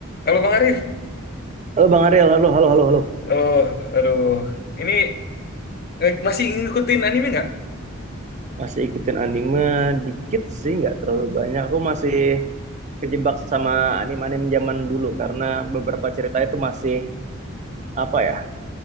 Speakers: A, on the left; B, on the right.
A: Kalau Bang Arif,
B: Halo Bang Ariel, halo, halo, halo, halo.
A: aduh, aduh, ini eh, masih ngikutin anime nggak?
B: Masih ikutin anime dikit sih, nggak terlalu banyak. Aku masih kejebak sama anime-anime zaman dulu karena beberapa cerita itu masih apa ya,